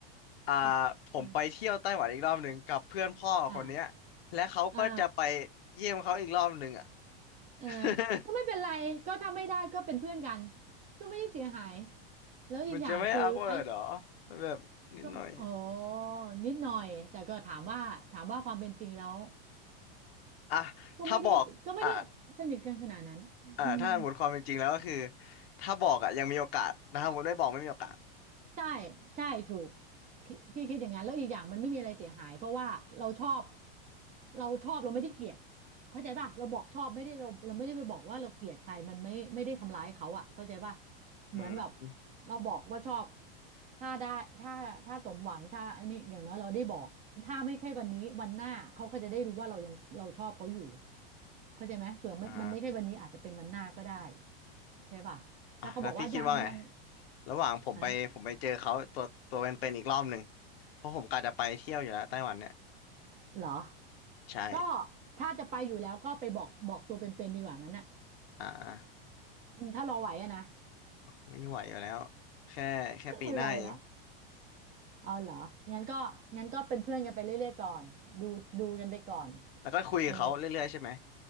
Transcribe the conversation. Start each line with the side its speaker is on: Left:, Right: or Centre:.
Left: อ่า
Right: เ
Left: ผมไปเที่ยวไต้หวันอีกรอบหนึ่งกับเพื่อนพ่อคนเนี้ย
Right: อออ่า
Left: และเขาก็จะไป
Right: อ่า
Left: เยี่ยมเขาอีกรอบหนึ่งอ่ะ
Right: เออ
Left: <laughs>
Right: ก็ไม่เป็นไรก็ถ้าไม่ได้ก็เป็นเพื่อนกันก็ไม่ได้เสียหายแล้วอีกอย่างคือไอ้
Left: มันจะไม่อ w k w เ r d หรอมันแบบนิดหน่อย
Right: ก็อ๋อนิดหน่อยแต่ก็ถามว่าถามว่าความเป็นจริงแล้ว
Left: อ่ะถ้าบอกอ่ะ
Right: ก็ไม่ได้ก็ไม่ได้สนิทกันขนาดนั้นอืม
Left: อ่ะถ้าหมดความเป็นจริงแล้วก็คือถ้าบอกอ่ะยังมีโอกาสนะถ้าหมดไม่บอกไม่มีโอกาส
Right: ใช่ใช่ถูกพี่พี่คิดอย่างนั้นแล้วอีกอย่างมันไม่มีอะไรเสียหายเพราะว่าเราชอบเราชอบเราไม่ได้เกลียดเข้าใจป่ะเราบอกชอบไม่ได้เราเราไม่ได้ไปบอกว่าเราเกลียดใครมันไม่ไม่ได้ทำร้ายเขาอ่ะเข้าใจป่ะเหมือนแบบ
Left: อืม
Right: เราบอกว่าชอบถ้าได้ถ้าถ้าสมหวังถ้าอันนี้อย่างน้อยเราได้บอกถ้าไม่ใช่วันนี้วันหน้าเขาก็จะได้รู้ว่าเรายังเราชอบเขาอยู่เข้าใจไหมเผื่อมันมันไม่ใช่วันนี้อาจจะเป็นวันหน้าก็ได้
Left: อ่า
Right: ใช่ป่ะถ้าเขาบอกว่ายังยัง
Left: อ่ะแล้วพี่คิดว่าไงระหว่างผมไปผมไปเจอเขาตัวตัวเป็นๆอีกรอบหนึ่ง
Right: ฮะ
Left: เพราะผมกะจะไปเที่ยวอยู่แล้วไต้หวันเนี่ย
Right: เหรอ
Left: ใช่
Right: ก็ถ้าจะไปอยู่แล้วก็ไปบอกบอกตัวเป็นๆดีกว่างั้นน่ะ
Left: อ่า
Right: อืมถ้ารอไหวอะนะ
Left: ไม่ไหวอยู่แล้วแค่แค่ปีหน้าเอง
Right: <laughs> ไม่ไหวแล้วเอาเหรองั้นก็งั้นก็เป็นเพื่อนกันไปเรื่อยๆก่อนดูดูกันไปก่อน
Left: แล้วก็คุยกับเขาเรื่อยๆใช่ไหม
Right: เออ